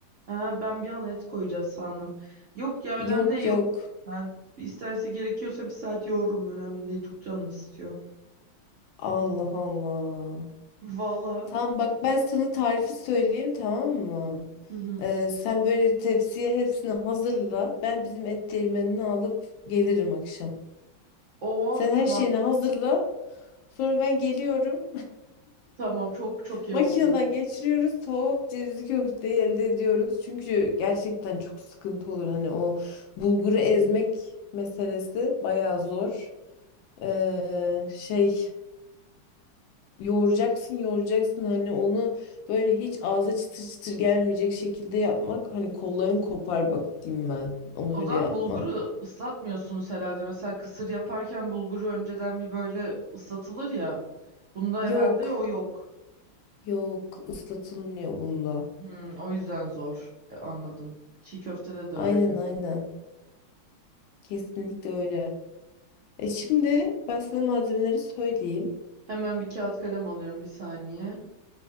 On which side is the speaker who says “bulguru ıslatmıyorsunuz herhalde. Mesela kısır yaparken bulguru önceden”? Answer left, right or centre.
Right